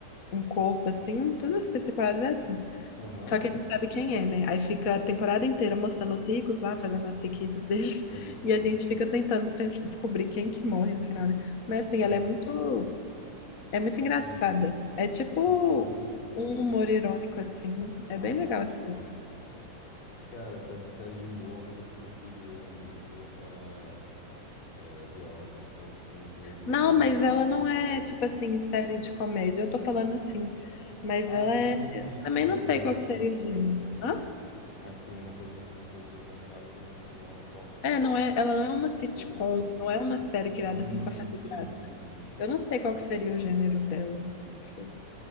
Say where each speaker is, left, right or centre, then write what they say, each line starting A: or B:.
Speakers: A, on the left; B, on the left.
A: um corpo assim. Todas as temporadas é assim.
B: Aham,
A: Só que ele não sabe quem é, né? Aí fica a temporada inteira mostrando os ricos lá, fazendo as riquezas deles, <laughs>
B: pode crer.
A: e a gente fica tentando pes- descobrir quem que morre no final, né? Mas assim,
B: Os,
A: ela é muito, é muito engraçada.
B: os,
A: É tipo
B: os ricos fazem riqueza,
A: um humor
B: né?
A: irônico, assim. É
B: Ah,
A: bem legal,
B: show.
A: assim.
B: Cara, pior que série de humor, a única que eu tentei ver na vida foi aquela é, The Office, sabe? Mas eu nem
A: Não, mas
B: vi
A: ela
B: toda
A: não
B: até
A: é,
B: o final.
A: tipo assim, série de comédia. Eu tô falando assim, mas
B: Ah,
A: ela
B: aqui
A: é.
B: tem,
A: eu
B: que,
A: Também
B: ah,
A: não
B: tem
A: sei
B: gracinha,
A: qual que seria o gênero.
B: pode crer.
A: Hã?
B: Ah, que tem alguma coisa, coisas engraçadas, mas, tipo, não é o foco principal.
A: É, não é, ela não é uma sitcom,
B: Pode crer.
A: não é uma série criada
B: Hum,
A: assim pra fazer
B: sim,
A: graça.
B: sim, sim.
A: Eu não sei qual que seria o gênero dela. Não sei.